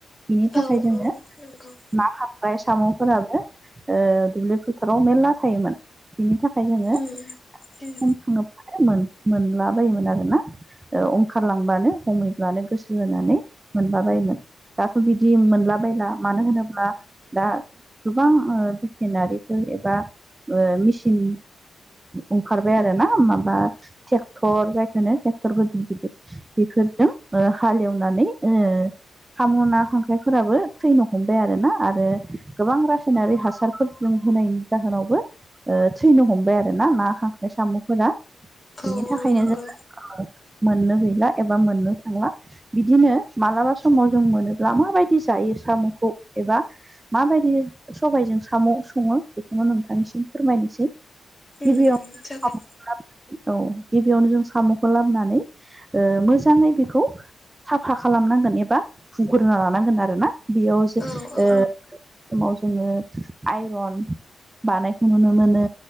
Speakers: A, on the right (about 25°); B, on the left (about 30°).
A: बेनि थाखाय
B: औ
A: जोङो
B: औ नंगौ
A: ना खांख्राय साम'फोराबो दुब्लि फोथाराव मेरला थायोमोन बिनि थाखाय जोङो
B: उम उम
A: खनखाङोब्लानो मो मोनला बायोमोन आरोना ओ ओंखारलांबानो हमैब्लानो गोसो होनानै मोनला बायोमोन दाथ' बिदि मोनलाबायला मानो होनोब्ला दा गोबां भकेनारिफोर एबा मेसिन ओंखारबाय आरोना माबा ट्रेक्टर जायखौ होनो ट्रेक्टर गिदिर गिदिर बेफोरजों हाल एवनानै ओ सामु ना खांख्राइफोराबो थैनो हमबाय आरोना आरो गोबां रासायनारि हासार फोरजों होनायनि जाहोनावबो थैनो हमबाय आरोना ना खांख्राय साम'फोरा बिनि
B: औ
A: थाखायनो
B: औ नंगौ
A: जोंङो ओ मोननो गैला एबा मोननो थांला बिदिनो मालाबा समाव जों मोनोब्ला माबायदि जायो साम'खौ एबा माबायदि सबायजों साम' सङो बेखौनो नोंथांनिसिम फोरमायनोसै
B: उम
A: गिबियावनो
B: उम जागोन
A: साम' औ गिबियावनो जों साम'खौ लाबोनानै ओ मोजाङै बेखौ साफा खालामनांगोन एबा हुग्रोना लानांगोन आरो ना बेयाव जों
B: औ औ
A: ओ समाव जोङो आइरन बानायखौ नुनो मोनो।